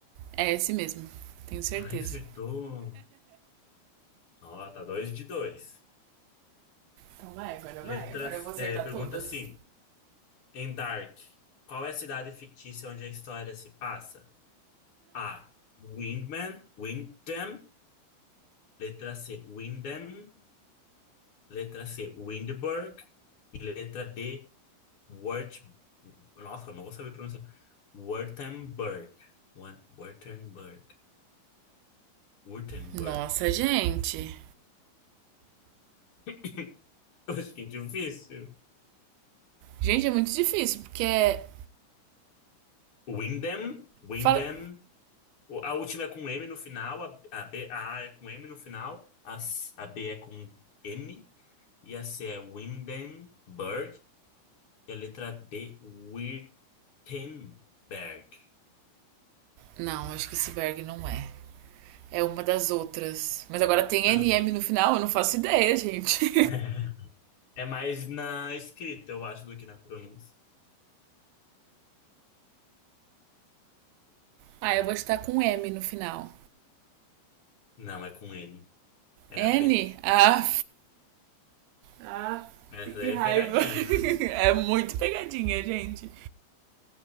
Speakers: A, on the right; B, on the left.
A: É esse mesmo. Tenho certeza.
B: Ai, acertou. Ó, tá dois de dois.
A: Então vai, agora
B: Letras,
A: vai. Agora eu vou acertar
B: é, pergunta
A: todas.
B: 5. Em Dark, qual é a cidade fictícia onde a história se passa? A. Windman, Windham. Letra C. Windham. Letra C. Windberg. E letra D. Wurt... Nossa, eu não vou saber pronunciar. Wurtemberg. Wan- Wurtemberg. Wurtemberg.
A: Nossa, gente.
B: <coughs> <laughs> Eu achei difícil.
A: Gente, é muito difícil, porque é.
B: Windham. Windham.
A: Fala...
B: A última é com M no final. A, a, B, a A é com M no final. A, C- a B é com N. E a C é Windenberg. É a letra D, Wittenberg.
A: Não, acho que esse Berg não é. É uma das outras. Mas agora tem
B: Hum.
A: N M no final, eu não faço ideia, gente. <laughs>
B: <laughs> É mais na escrita, eu acho, do que na pronúncia.
A: ah, eu vou estar com M no final.
B: Não, é com N. É
A: N?
B: a B.
A: Ah, Ah,
B: Essa
A: que
B: aí
A: raiva.
B: é pegadinha,
A: <laughs>
B: né?
A: é muito pegadinha, gente.